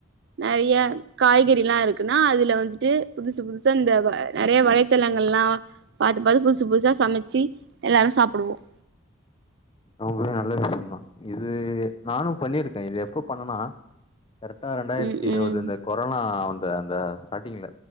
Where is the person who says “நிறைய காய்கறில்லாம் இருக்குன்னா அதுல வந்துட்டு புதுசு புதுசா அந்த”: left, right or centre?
Right